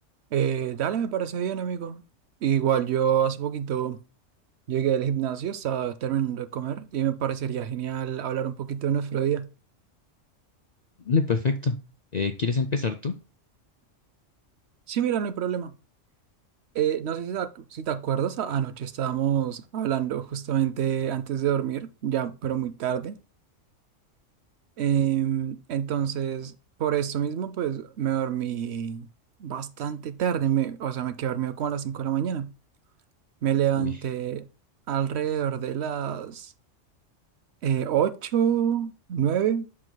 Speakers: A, on the right (about 65°); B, on the left (about 55°).
A: Eh, dale, me parece bien, amigo. Igual yo hace poquito llegué del gimnasio, estaba terminando de comer y me parecería genial hablar un poquito de nuestro día.
B: Vale, perfecto. Eh, ¿quieres empezar tú?
A: Sí, mira, no hay problema. Eh, no sé si te, ac- si te acuerdas, a- anoche estábamos hablando justamente antes de dormir, ya, pero muy tarde. Em, entonces, por esto mismo, pues me dormí bastante tarde, me- o sea, me quedé dormido como a las 5 de la mañana. Me levanté
B: Uy.
A: alrededor de las Eh, ocho, nueve,